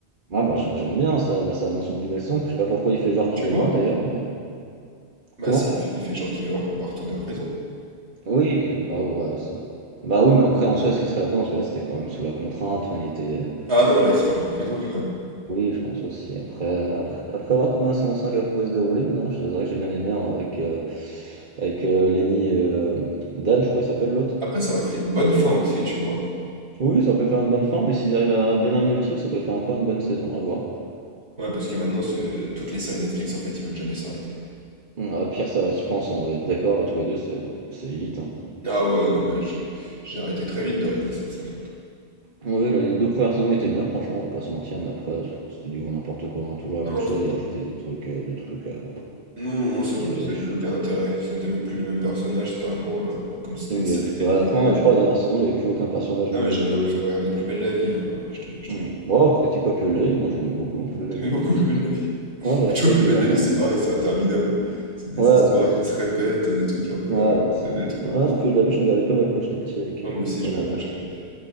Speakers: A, on the right; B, on the right.
A: Ah, bah, j'ai- j'aime bien ça, bah, ça annonce une nouvelle saison, je sais pas pourquoi il fait genre qu'il
B: Tu
A: est
B: vois?
A: mort d'ailleurs, mais.
B: Bah
A: Comment?
B: si, il fait, il fait genre qu'il est mort pour pas retourner en prison.
A: Oui, ah, ouais, c'est vrai. Bah oui, mais après, en soi, est-ce qu'il serait là Parce que là, c'était quand même sous la contrainte, enfin, il était.
B: Ah non, là, il serait allé en prison. <laughs>
A: Oui, je pense aussi. Après, après, après voir comment la saison 5 elle pourrait se dérouler, maintenant, c'est vrai que j'ai bien aimé hein, avec, euh, avec euh, Lenny et, euh, Dan, je crois qu'il s'appelle l'autre.
B: Après, ça aurait fait une bonne fin aussi, tu vois.
A: Oui, ça peut faire une bonne fin, mais s'ils arrivent à bien amener le truc, ça peut faire encore une bonne saison, à voir.
B: Ouais, parce que maintenant, c'est- toutes les séries Netflix, en fait, ils veulent jamais s'arrêter.
A: Hum, Ah, le pire, ça reste, je pense, on va être d'accord, tous les deux, c'est c'est Elite. hein.
B: Ah ouais, non, mais je, j'ai arrêté très vite de regarder cette série. hein.
A: Oui, là, les deux premières saisons étaient bien, franchement, on va pas se mentir, mais après, c'était du gros n'importe quoi, hein, toujours la même
B: Non,
A: chose,
B: c'est-
A: ils rajoutaient des trucs, euh, des trucs à,
B: non, non,
A: à
B: ça
A: se tirer
B: n'avait
A: les cheveux.
B: plus aucun intérêt. C'était même plus les mêmes personnages, c'était vraiment euh, comme si c'était
A: Oui,
B: une
A: il
B: série
A: y avait plus,
B: télévisée.
A: à la fin, je crois, la dernière saison, il n'y avait plus aucun personnage
B: Non,
A: de,
B: mais j'avais
A: des
B: l'impression de regarder Plus belle la vie. hein. Je te, je te,
A: Mmh. Bon, après Tip-Top le Laid, moi j'aimais beaucoup en plus le Laid
B: j'aimais
A: quand
B: beaucoup
A: j'étais petit.
B: Plus belle
A: hein
B: la vie. <laughs>
A: je regardais
B: Tu
A: ça
B: vois,
A: avec
B: Plus
A: mes
B: belle
A: grands-parents.
B: la vie, c'est pareil, c'est interminable. C'est des
A: Ouais,
B: histoires
A: bah oui.
B: qui se répètent, des trucs un peu
A: Ouais,
B: à la
A: ça.
B: bébête, quoi.
A: Ouais, non, Feu de la vie, je regardais pas mal quand j'étais petit avec,
B: Non,
A: euh,
B: moi aussi,
A: avec
B: je
A: ma
B: regardais,
A: grand-mère.
B: je
A: je-
B: regardais.